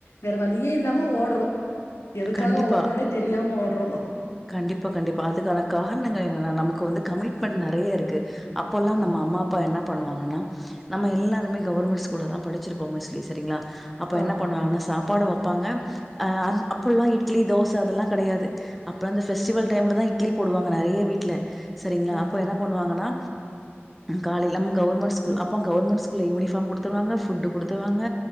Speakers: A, on the left (about 80°); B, in the centre.
A: வேற வழியே இல்லாம ஓடுறோ எதுக்காக
B: கண்டிப்பா
A: ஓடுறோனே தெரியாம ஓடுறோ
B: கண்டிப்பா கண்டிப்பா அதுக்கான காரணங்கள் என்னன்னா நமக்கு வந்து கமிட்மெண்டட் நெறைய இருக்கு அப்போளா
A: ஆமா,
B: நம்ம அம்மா அப்பா என்ன பண்ணுவாங்கன்னா நம்ம எல்லாருமே கவர்மெண்ட் ஸ்கூல தா படிச்சிருப்போ மோஸ்லி சேரிங்களா அப்ப என்ன
A: ஆமா,
B: பண்ணுவாங்கன்னா சாப்பாடு வைப்பாங்க அ அப்பல்லா இட்லி தோச அதெல்லா கெடையாது அப்போ இந்த ஃபெஸ்டிவல் டைம்ல தா போடுவாங்க நெறைய வீட்டுல சேரிங்களா
A: ஆமா,
B: அப்போ என்ன பண்ணுவாங்கன்னா காலைல நம்ம கவர்மெண்ட் ஸ்கூல் அப்போ கவர்மெண்ட் ஸ்கூல யூனிஃபார்ம் குடுத்துருவாங்க ஃபுட் குடுத்துருவாங்க